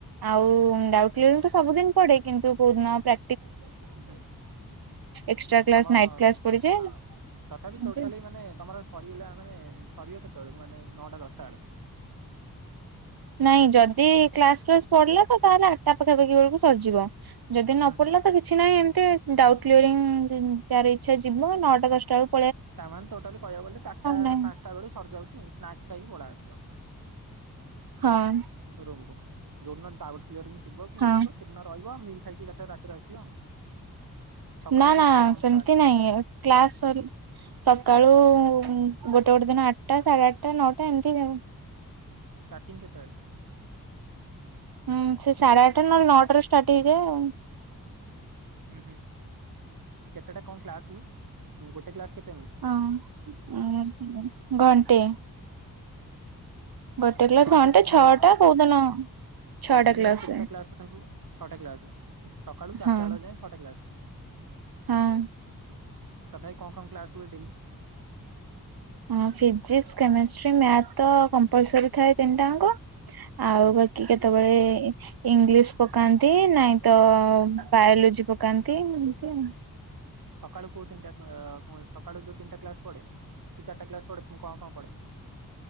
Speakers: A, on the right; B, on the right.
A: ଆଉ ଉଁ ଫିଲ୍ଡ ସବୁଦିନ ପଡେ କିନ୍ତୁ କଉଦିନ ପ୍ରା
B: ହଁ ହୁଁ
A: ଏକ୍ସଟ୍ରା କ୍ଲାସ
B: ତମର
A: ନାଇଟ୍ କ୍ଲାସ ପଡିଯାଏ
B: ହଁ ତଥାପି ଟୋଟାଲି
A: ଏମିତି।
B: ମାନେ ତମର ସରିଗଲା ମାନେ ସରିବ କେତେବେଳକୁ ମାନେ ନଅଟା ଦଶଟା ବେଳକୁ
A: ନାଇଁ ଯଦି କ୍ଲାସ ଫ୍ଲାସ ପଡିଲା ତ ତାହେଲେ ଆଠଟା ପାଖାପାଖି ବେଳକୁ ସରିଯିବ।
B: ହୁଁ
A: ଯଦି ନ
B: ହୁଁ
A: ପଡିଲା ତ କିଛି ନାଇଁ ଏମିତି ଡାଉଟ୍ କ୍ଲିୟରିଂ ଯାର ଇଚ୍ଛା ଯିବ ନଅଟା ଦଶଟା ବେଳ
B: ତାମାନେ ଟୋଟାଲି କହିବାକୁ ଗଲେ ଚାରିଟା
A: ନାଇଁ
B: ପାଞ୍ଚଟା ବେଳକୁ ସରିଯାଉଛି। ସ୍ନାକ୍ସ ଖାଇକି ପଳିଆସିବ
A: ହଁ
B: ରୋମ କୁ ଯୋଉ ଦିନ ଦାଉ ପିଅରିଙ୍ଗ ଥିବ କି
A: ହଁ
B: ଇଏ ଥିବ ସେ ଦିନ ର ଥିବ ମିିଲ୍ ଖାଇକି? ସେ ରାତିରେ ଆସିବ ସକାଳୁ
A: ନା
B: କେତେବେଳେ
A: ନା
B: କଣ
A: ସେମିତି
B: ଷ୍ଟାର୍ଟ
A: ନାହିଁ କ୍ଲାସ ସରି ସକାଳୁ ହୁଁ ଗୋଟେ ଗୋଟେ ଦିନ ଆଠଟା ସାଢେ ଆଠଟା ନଅଟା ଏମିତି ଆଉ
B: ଷ୍ଟାର୍ଟିଂ କେତେବେଳେ?
A: ହୁଁ ସେ ସାଢେ ଆଠଟା ନହେଲେ ନଅଟା ରୁ ଷ୍ଟାର୍ଟ ହେଇ ଯାଏ।
B: ହୁଁ ହୁଁ କେତେଟା କଣ କ୍ଲାସ ହୁଏ? ଗୋଟ କ୍ଲାସ କେ
A: ହଁ ଘଣ୍ଟେ
B: ଉ ହୁଁ
A: ଗୋଟେ କ୍ଲାସ
B: ଘଣ୍ଟେ କେତେଟା
A: ଛଅଟା
B: କ୍ଲାସ ହୁଏ
A: କୋଉଦିନ ଛଅଟା
B: ଗୋଟେ
A: କ୍ଲାସ
B: ଦିନରେ କେତେଟା
A: ହୁଏ
B: କ୍ଲାସ ତଥାପି ହୁଏ ଛଅଟା କ୍ଲାସ ସକାଳୁ ଚାରିଟା
A: ହଁ
B: ବେଳ ଯାଏ ଛଅଟା କ୍ଲାସ
A: ହଁ।
B: ତଥାପ କଣ କଣ?? କ୍ଲାସ ହୁଏ ଡେଲି
A: ହଁ ଫିଜିକ୍ସ କେମେଷ୍ଟ୍ରି ମ୍ୟାଥ ତ କମ୍ପଲସରୀ ଥାଏ ତିନିଟା ଅଙ୍କ ଆଉ
B: ହୁଁ
A: ବାକି କେତେବେଳେ ଇଂଲିଶ ପକାନ୍ତି ନାଇଁ ତ ବାୟୋଲୋଜି ପକାନ୍ତି ଏମତି
B: ସକାଳୁ କୋହୁ ତିନିଟା ହଁ ସକାଳୁ ଯୋଉ ତିନଟା କ୍ଲାସ ପଡେ କି ଚାରିଟା କ୍ଲାସ ପଡେ କଣ କଣ ପାଡେ